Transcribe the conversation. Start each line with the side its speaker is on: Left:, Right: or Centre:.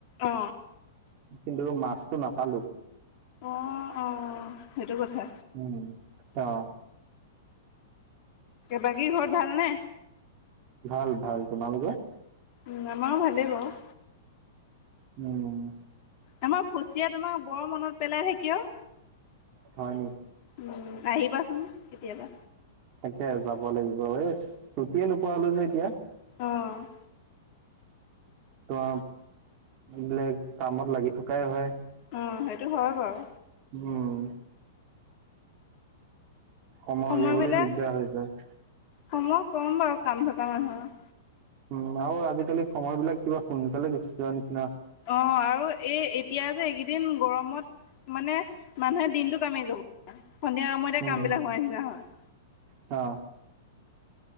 Left: অ
Right: কিন্তু মাছটো নাপালো। উম,
Left: অ অ সেইটো কথা
Right: অ'
Left: বাকী ঘৰত ভালনে।
Right: ভাল ভাল তোমালোকে।
Left: উম আমাৰো ভালেই বাৰু।
Right: উম।
Left: আমাৰ ফুচিয়া তোমাক বৰ মনত পেলাই থাকি অ'
Right: হয় নেকি।
Left: উম, আহিবাচোন কেতিয়াবা।
Right: তাকে যাব লাগিব। এই ছুটিয়ে নোপোৱা হলোঁ যে এতিয়া।
Left: অ'।
Right: তোমাৰ এইবোলে কামত লাগি থকাই হয়।
Left: অ সেইটো হয় বাৰু।
Right: উম। সময়
Left: সময়বিলাক
Right: উলিয়াবলৈ দিগদাৰ হৈ যায়।
Left: সময় কম বাৰু কাম থকা মানুহৰ।
Right: উম আৰু আজিকালি সময় বিলাক কিবা সোনকালে গুছি যোৱা নিচি
Left: অ আৰু এই এতিয়া যে এই এদিন গৰমত মানে মানুহে দিনটো কামাই যাব। সন্ধিয়া সময়তে
Right: উম
Left: কাম বিলাক হোৱাই। <unintelligible>
Right: অ।